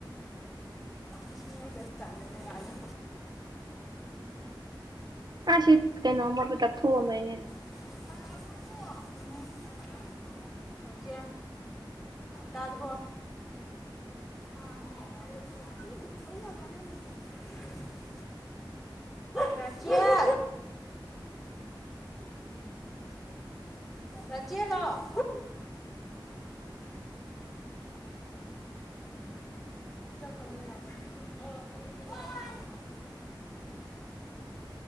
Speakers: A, in the centre; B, on the right.
A: ꯏꯁꯤꯡ ꯉꯛꯇ ꯆꯥꯅꯕ ꯃꯥꯂꯦ
B: ꯑꯥ ꯁꯤ ꯀꯩꯅꯣ ꯑꯃꯣꯠꯄ ꯇꯛꯊ ꯑꯝꯕꯩꯅꯦ
A: <unintelligible> ꯑꯆꯥ ꯌꯥꯖꯕ꯭ꯔꯣ <unintelligible> <unintelligible> ꯉꯆ ꯌꯥ ꯔꯆꯤꯂꯣ <unintelligible>